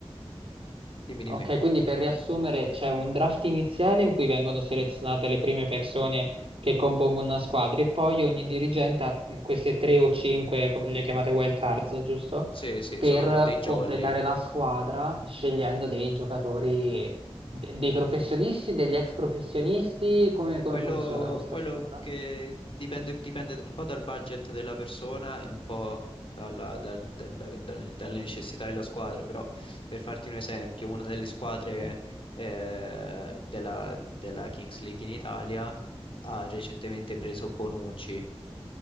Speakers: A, on the left; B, on the right.
A: dimmi, dimmi.
B: Ok, quindi per riassumere c'è un draft iniziale in cui vengono selezionate le prime persone che compongono una squadra e poi ogni dirigente ha queste tre o cinque, come le chiamate wild cards, giusto?
A: Sì, sì,
B: Per
A: sono dei jolly.
B: completare la squadra scegliendo dei giocatori, de- dei professionisti, degli ex professionisti, come, come
A: Quello,
B: funziona questa
A: quello
B: scelta?
A: che dipende, dipende un po' dal budget della persona e un po' dalla- dal- dalla- dal- dalle necessità della squadra, però per farti un esempio, una delle squadre
B: Mhm.
A: eh, della, della Kings League in Italia ha recentemente preso Bonucci.